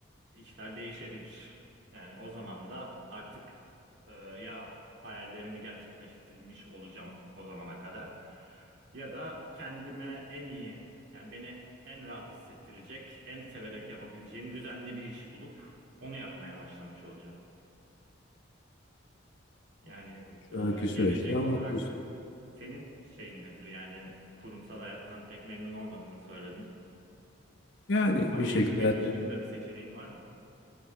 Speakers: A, on the right; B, on the left.
A: işler değişebilir. Yani o zaman da artık e, ya hayallerimi gerçekleştirmiş olacağım o zamana kadar ya da kendime en iyi yani beni en rahat hissettirecek, en severek yapabileceğim düzenli bir iş bulup onu yapmaya başlamış olacağım. Yani e,
B: Şu anki süreçte
A: gelecek
B: mutlusun.
A: olarak senin şeyin nedir? Yani kurumsal hayattan pek memnun olmadığını söyledin.
B: Yani
A: Departman
B: bir
A: değiştirmek
B: şekilde hayatta
A: dışında bir seçeneğin var mı?